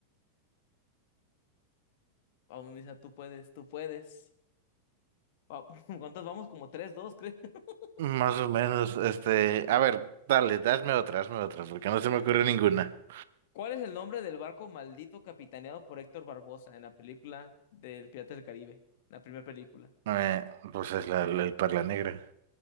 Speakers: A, on the left; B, on the right.
A: Vamos, Misa, tú puedes, tú puedes. Va- <laughs> ¿Cuántos vamos? Como tres, dos, creo. <laughs>
B: Más o menos, este. A ver, dale, dame otra, hazme otra, porque no se
A: Eh,
B: me ocurre ninguna.
A: ¿cuál es el nombre del barco maldito capitaneado por Héctor Barbosa en la película del Piratas del Caribe? La primera película.
B: Eh, pues es la, la- el Perla Negra.